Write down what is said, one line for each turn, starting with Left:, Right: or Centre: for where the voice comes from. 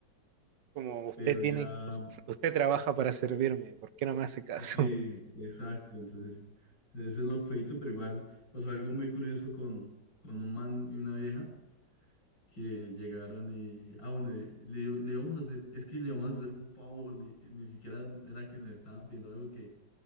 Right: Como usted
Left: Pero
Right: tiene,
Left: ya
Right: usted trabaja para servirme, ¿por qué no me hace caso?
Left: Sí, exacto. Entonces, ese es lo feito, pero igual pasó algo muy curioso con, con un man y una vieja que llegaron y. Ah, bueno, eh, le, le íbamos a hacer. Es que le íbamos a hacer un favor, ni, ni siquiera era que nos estaban pidiendo algo que,